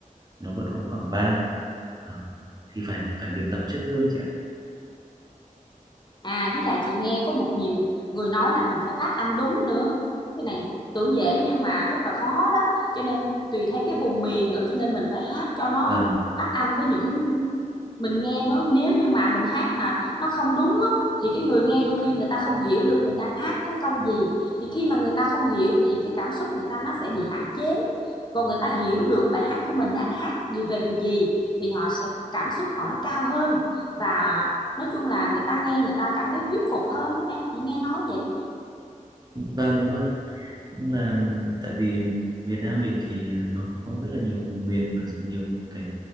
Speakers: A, on the right; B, on the left.
A: nó vẫn có khoảng vang đó thì phải phải luyện tập trước gương chị ạ
B: À với lại chị nghe có một nhiều người nói là mình phải phát âm đúng nữa. Cái này tưởng dễ nhưng mà rất là khó đó. Cho nên tùy theo cái vùng miền nữa cho nên mình phải hát cho nó
A: và
B: phát âm với những mình nghe nó nếu như mà mình hát mà nó không đúng á thì cái người nghe đôi khi người ta không hiểu được mình đang hát cái câu gì thì khi mà người ta không hiểu thì cái cảm xúc người ta nó sẽ bị hạn chế còn người ta hiểu được bài hát của mình đang hát đi về điều gì thì họ sẽ cảm xúc họ nó cao hơn và nói chung là người ta nghe người ta cảm thấy thuyết phục hơn đó em chị nghe nói vậy
A: vâng đúng rồi Cũng là tại vì Việt Nam mình thì nó có rất là nhiều vùng miền và nhiều cái